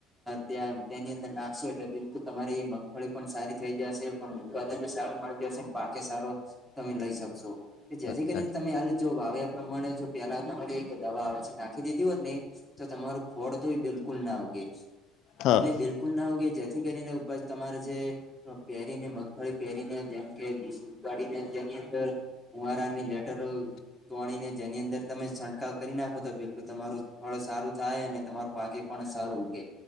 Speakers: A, in the centre; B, on the left (about 65°).
A: ત્યાં તેની અંદર નાખશો, એટલે તમારી મગફળી પણ સારી થઈ જશે. ને સારું મળી દેશે પાકે સારો તમે લઈ શકશો, કે જેથી
B: વાત
A: કરીને
B: હાચી
A: તમે હાલ જો વાવે એ પ્રમાણે <inaudible> જો પહેલા તમારે દવા આવે છે. નાખી દીધી હોતને, તો તમારું ખોડ બિલકુલના ઉગે.
B: હા
A: એટલે બિલકુલ ના ઉગે, જેથી કરીને ઉપજ તમારે જે પહેરીને મગફળી પહેરીને જેમ કે બીજ ઉગાડીને તેની અંદર કુંવારાની લેટ તોણી ને જેની અંદર તમે છંટકાવ કરી, નાખો તો બિલકુલ તમારું ફળ સારું થાય અને તમારો પાકે પણ સારું ઉગે.